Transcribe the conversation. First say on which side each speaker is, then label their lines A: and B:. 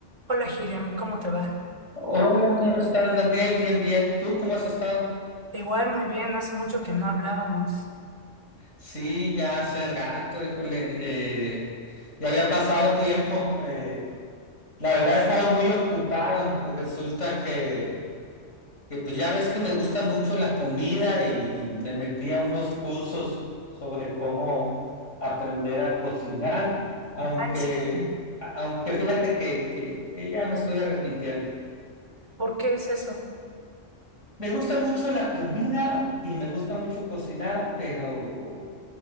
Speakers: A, on the right (about 85°); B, on the left (about 85°).
A: Hola, Hiriam, ¿cómo te va?
B: Hola, ¿cómo estás, Daniel? Bien, bien. ¿Tú cómo has estado?
A: Igual, muy bien, hace mucho que no hablábamos.
B: Sí, ya hace gato, híjole. eh, ya había pasado tiempo. eh, la verdad he estado muy ocupado. pues Resulta que, que, pues ya ves que me gusta mucho la comida y, y me metí a unos cursos sobre cómo aprender a cocinar, aunque,
A: Ah, ¿en serio?
B: a- aunque fíjate que, que, que ya me estoy arrepintiendo.
A: ¿Por qué es eso?
B: Me gusta mucho la comida y me gusta mucho cocinar, pero